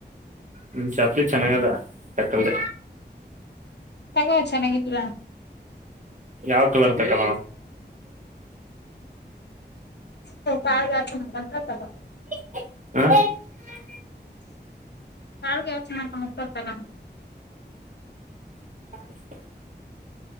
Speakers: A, on the right; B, on the left.
A: ಹ್ಮ ಚಪ್ಲಿ ಚೆನ್ನಾಗದ ತಕ್ಕಂದ
B: ತಗ ಚೆನ್ನಾಗಿದ್ರ
A: ಯಾವ್ ಕಲರ್ ತಕ್ಕಲ್ಲ
B: ಹ ಪಾಯಗತ ಕತ ಬ
A: ಹ
B: ಕಾಲ್ಗೆ ಯಾವ ಚೆನ್ನಾಗಿ ಕಾಣುತ್ತೆ ಅದು ತಗೋ
A: ಹ